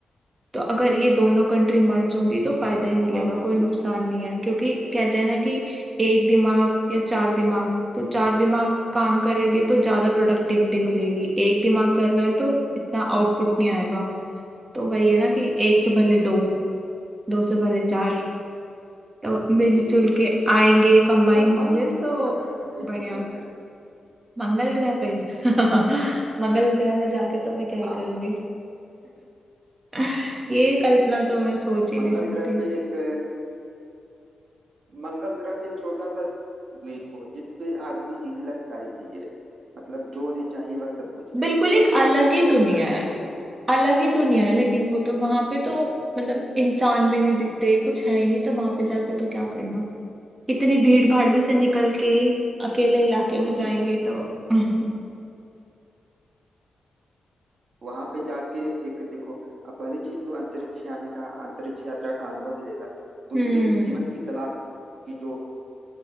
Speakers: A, on the right; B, on the right.
A: तो अगर ये दोनों कंट्री मर्ज होंगी तो फायदा ही मिलेगा
B: हाँ हाँ
A: कोई
B: जी
A: नुकसान
B: जी
A: नहीं है क्योंकि कहते हैं ना कि एक दिमाग या चार दिमाग तो चार दिमाग काम करेंगे तो ज्यादा प्रोडक्टिविटी मिलेगी एक दिमाग कर रहा है तो इतना आउटपुट नहीं आएगा तो वही है ना कि एक से भले दो दो से भले चार तो मिलजुल
B: जी जी
A: के आएंगे कंबाइन
B: और
A: होंगे
B: मान लो तुम्हें
A: तो
B: मंगल ग्रह पे भेज
A: बढ़िया
B: दें तो फिर
A: मंगल ग्रह पे <laughs> मंगल ग्रह पे जाके तो मैं क्या ही
B: हाँ
A: करूंगी <laughs> ये कल्पना तो मैं
B: <laughs>
A: सोच ही
B: मंगल
A: नहीं सकती
B: ग्रह पे एक मंगल ग्रह पे एक छोटा सा द्वीप हो जिसपे आदमी जीने लायक सारी चीजें रहे मतलब जो उन्हें चाहिए वह सब कुछ रहे
A: बिल्कुल एक
B: और फिर
A: अलग
B: तुम्हें उस
A: ही
B: मंगल
A: दुनिया
B: ग्रह पे
A: है
B: छोड़ दें
A: अलग ही दुनिया है लेकिन वो तो वहां पे तो मतलब इंसान भी नहीं दिखते कुछ है ही नहीं तो वहां पे जाके तो क्या करना इतनी भीड़ भाड़ में से निकल के अकेले इलाके
B: वहां
A: में जाएंगे
B: पे जा
A: तो <laughs>
B: वहां पे जाके एक देखो अब पहली चीज तो अंतरिक्ष आने का अंतरिक्ष यात्रा का अनुभव मिलेगा दूसरे
A: हम्म
B: जीवन की तलाश की जो